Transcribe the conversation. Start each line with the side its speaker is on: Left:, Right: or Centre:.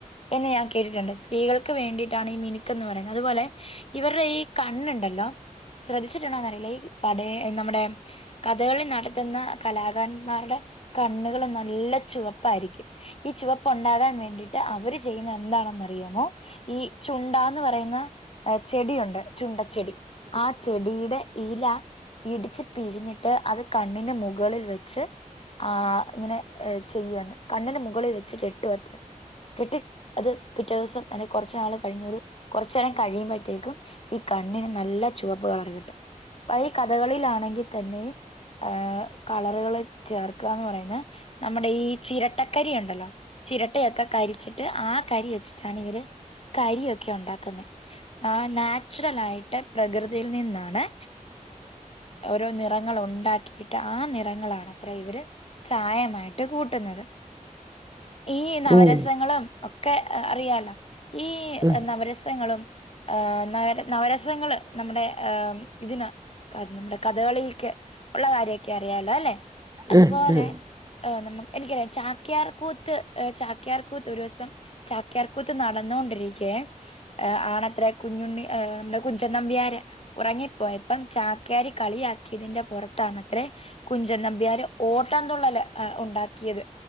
Left: എന്ന് ഞാൻ കേട്ടിട്ടുണ്ട് സ്ത്രീകൾക്ക് വേണ്ടിട്ടാണ് ഈ മിനുക്കന്ന് പറയുന്നത് അതുപോലെ ഇവരുടെ ഈ കണ്ണുണ്ടല്ലോ ശ്രദ്ധിച്ചിട്ടുണ്ടോന്ന് അറിയില്ല ഈ പട നമ്മുടെ കഥകളി നടത്തുന്ന കലാകാരന്മാരുടെ കണ്ണുകൾ നല്ല ചുവപ്പ ആയിരിക്കും ഈ ചുവപ്പ് ഉണ്ടാകാൻ വേണ്ടിട്ട് അവര് ചെയ്യുന്ന എന്താണെന്നറിയാമോ ഈ ചുണ്ടാന്ന് പറയുന്ന ചെടിയുണ്ട് ചുണ്ട ചെടി ആ ചെടിയുടെ ഇല ഇടിച്ച് പിഴിഞ്ഞ് അത് കണ്ണിന് മുകളിൽ വെച്ച് ആ ഇങ്ങനെ ചെയ്യാണ് കണ്ണിന് മുകളിൽ വെച്ച് കെട്ടുമത്ര കെട്ടി അത് പിറ്റേ ദിവസം അല്ലെങ്കി കുറച്ചു നാള് കഴിഞ്ഞൊ ഒരു കുറച്ച നേരം കഴിയുമ്പോഴത്തേക്കും ഈ കണ്ണിന് നല്ല ചുവപ്പ് കളർ കിട്ടും അപ്പ ഈ കഥകളിലാണെങ്കി തന്നെയും ആ കളറുകൾ ചേർകാന്ന് പറയുന്ന നമ്മുടെ ഈ ചിരട്ടക്കരി ഉണ്ടല്ലോ ചിരട്ടയൊക്കെ കരിച്ചിട്ട് ആ കരി വെച്ചിട്ടാണ് ഇവര് കരിയൊക്കെ ഉണ്ടാക്കുന്നെ ആ നാച്ചുറൽ ആയിട്ട് പ്രകൃതിയിൽ നിന്നാണ്ഓ ഓരോ നിറ ങ്ങൾ ഉണ്ടാക്കിട്ട് ആ നിറങ്ങളാണത്രേ ഇവര് ചായമായിട്ട് കൂട്ടുന്നത്. ഈ നവരസങ്ങളും
Right: ഉം,
Left: ഒക്കെ അറിയാലോ ഈ
Right: ഉം,
Left: നവരസങ്ങളും ഏ നവര നവരസങ്ങള് നമ്മുടെ അം ഇതിന് കരണം നമ്മുടെ കഥകളിൽക്ക് ഒള്ള കാര്യൊക്കെ അറിയാലോല്ലെ? അതുപോലെഎ
Right: ഉം, ഉം.
Left: നമക്ക് എനിക്കറിയാം ചാക്യാർകൂത്ത് ചാക്യാർകൂത്ത് ഒരുസം ചാക്യാർകൂത്ത് നടന്നോണ്ടിരിക്കേ എ ആണത്ര കുഞ്ഞുണ്ണി നമ്മടെ കുഞ്ചൻനമ്പിയാര് ഉറങ്ങിപ്പോയപ്പം ചാക്ക്യര് കളിയാക്കിയതിന്റെ പുറത്താണത്രേ കുഞ്ചൻ നമ്പ്യര് ഓട്ടം തുള്ളല് അ ഉണ്ടാക്കിയത്